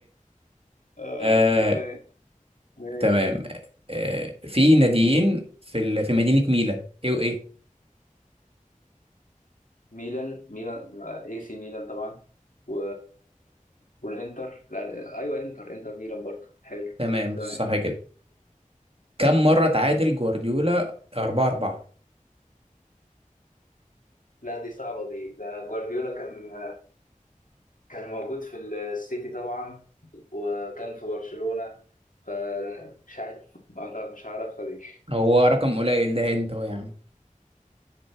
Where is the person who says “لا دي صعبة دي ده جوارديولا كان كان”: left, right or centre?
Left